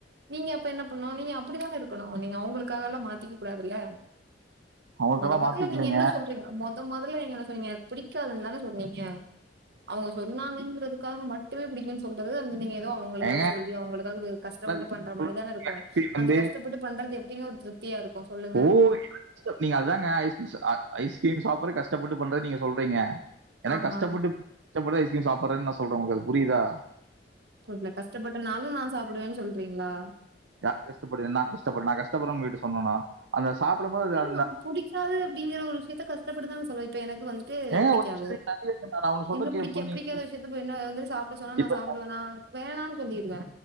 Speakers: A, on the right (about 60°); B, on the right (about 85°).
A: நீங்க அப்ப என்ன பண்ணு நீங்க அப்படிதானே இருக்கணு நீங்க அவங்களுக்காகல்ல மாத்திக்க கூடாதுல்ல
B: அவங்களுக்கெல்லாம்
A: மொத மொதல்ல
B: மாத்திக்கலைங்க
A: நீங்க என்ன சொல்றீங்க மொத மொதல்ல நீங்க என்ன சொன்னீங்க புடிக்காதுன்தான சொன்னீங் க அவங்க சொன்னாங்கங்கிறதுக்காக மட்டுமே புடிக்குன் சொல்றது வந்து நீங்க எதோ அவங் ங்களுக்காக
B: ஏங்க
A: சொல்லி அவங்களுக்காக வெ கஷ்டப்பட்டு
B: ஐஸ்கிரீம்
A: பண்ற மாரி தானே இருக்கு
B: வந்து
A: அந்த கஷ்டப்பட்டு பண்றது எப்டிங்க ஒரு திருப் த்தியா இருக்கு சொல்லுங்க
B: ஓ! நீங்க அதாங்க ஐஸ் அ ஐஸ்கிரீம் சாப்பறது கஷ்டப்பட்டு பண்றன் நீங்க சொல்றீங்க ஏனா
A: ஆமா.
B: கஷ்டப்பட்டு <inaudible> ஐஸ்க்ரீம் சாப்புட்றேன்னு நா சொல்றே உங்களுக்கு அது புரிதா
A: ஓகேண்ண கஷ்டப்பட்டனாலு நா சாப்டுவேன் சொல்றீங்ளா
B: யார் கஷ்டப்படுறது நா கஷ்டப்படு நா கஷ்டப்படுறன் உங்ககிட்ட சொன்னனா அந்த சாப்புடும் போது அது
A: ஏங்க
B: அந்த
A: அப்ப புடிக்காது அப்டிங்கற ஒரு விஷயத்த கஷ்டப்பட்டு தாங்க சொல்வ இப்ப எனக்கு வந் ட்டு
B: ஏங்க
A: புடிக்காது
B: ஒரு நிமிஷம் நிறைய இருக்கு. நான் ஒண்ணு சொல்றேன்
A: என்ன
B: கே
A: புடிக்க
B: புரி நீங்க
A: புடிக்காத விஷயத்த போ என்ன வந்துட்டு சாப்ட சொன்னா நா
B: இப்ப
A: சாப்புடுவேனா வேணானு சொல்லிருவே